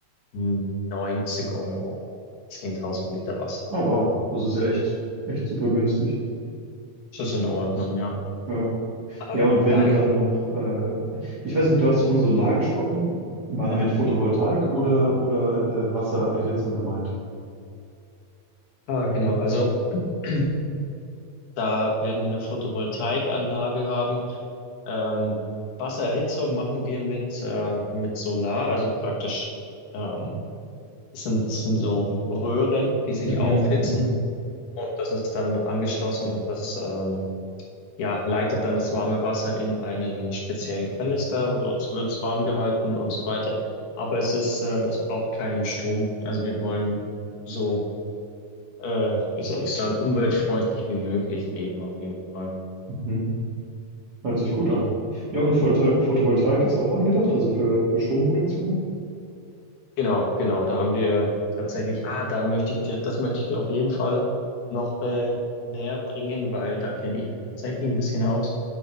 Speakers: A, on the left (about 65°); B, on the right (about 45°).
A: Hm, 90 Euro. 10.000 Liter Wasser.
B: Oh, wow. Das ist ja echt, echt super günstig.
A: Das ist in Ordnung, ja.
B: Ja.
A: Aber
B: Ja, und wenn
A: da,
B: ihr dann noch, äh, ich weiß nicht, du hast von Solar gesprochen, war damit Photovoltaik oder, oder äh, Wassererhitzung gemeint?
A: ah, genau, also <clears throat> da werden wir eine Photovoltaikanlage haben. Ähm, Wassererhitzung machen wir mit, äh, mit Solar, also praktisch, ähm, das sind, das sind so Röhren, die sich
B: Mhm,
A: aufhitzen
B: mhm,
A: und das ist dann angeschlossen und das, ähm, ja, leitet dann das warme Wasser in einen speziellen Kanister, dort wird es warm gehalten und so weiter. Aber es ist, ähm, es braucht keinen Strom. Also wir wollen so, äh, wie soll ich sagen, umweltfreundlich wie möglich leben auf jeden Fall.
B: mhm. Hört sich gut an. Ja, und Photo Photovoltaik ist auch angedacht, also für, für Stromproduktion?
A: Genau, genau, da haben wir tatsächlich, ah, da möchte ich dir, das möchte ich dir auf jeden Fall noch äh, näher bringen, weil da kenne ich mich tatsächlich ein bisschen aus.